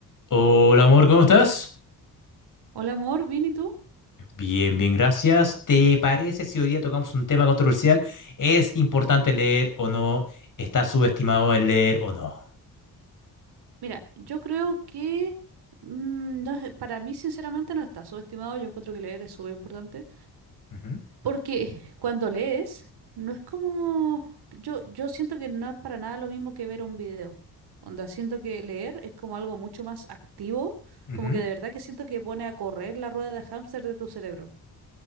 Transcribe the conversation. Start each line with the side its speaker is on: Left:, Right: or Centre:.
Left: Hola amor, ¿cómo estás?
Right: Hola amor, ¿bien y tú?
Left: Bien, bien, gracias. ¿Te parece si hoy día tocamos un tema controversial? ¿Es importante leer o no? ¿Está subestimado el leer o no?
Right: Mira, yo creo que mm, no sé, para mí sinceramente no está subestimado, yo encuentro que leer es súper importante,
Left: Ujú,
Right: porque cuando lees no es como, yo, yo siento que no es para nada lo mismo que ver un video, onda, siento que leer es como algo mucho más activo,
Left: ujú.
Right: como que de verdad que siento que pone a correr la rueda de hámster de tu cerebro.